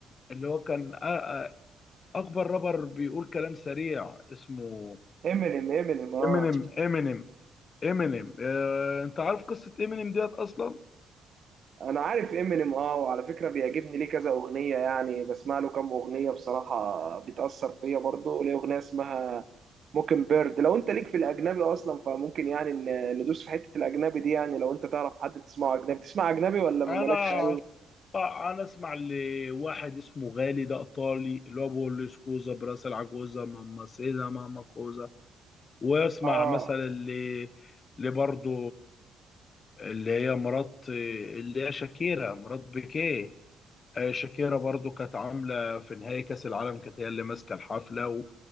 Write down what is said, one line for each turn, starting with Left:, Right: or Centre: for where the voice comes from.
Left: اللي هو كان أ- أ- اكبر رابر بيقول كلام سريع اسمه
Right: امينيم امينيم اه
Left: امينيم امينيم امينيم آه، انت عارف قصة امينيم ديت اصلا
Right: انا عارف امينيم اه وعلى فكره بيعجبني ليه كذا اغنيه يعني بسمع له كام اغنيه بصراحه بتاثر فيا برضه ليه اغنيه اسمها موكن بيرد لو انت ليك في الاجنبي اصلا فممكن يعني ن- ندوس في حته الاجنبي دي يعني لو انت تعرف حد بتسمعه اجنبي تسمع اجنبي ولا ما
Left: انا
Right: مالكش قوي
Left: بقى انا اسمع لواحد اسمه غالي ده ايطالي اللي هو بيقول لي سكوزا براسل عجوزا ماما سيدا ماما كوزا واسمع
Right: اه
Left: مثلا اللي اللي برضو اللي هي مرات اللي هي شاكيرا مرات بيكيه آه، شاكيرا برضو كانت عامله في نهائي كاس العالم كانت هي اللي ماسكه الحفله و...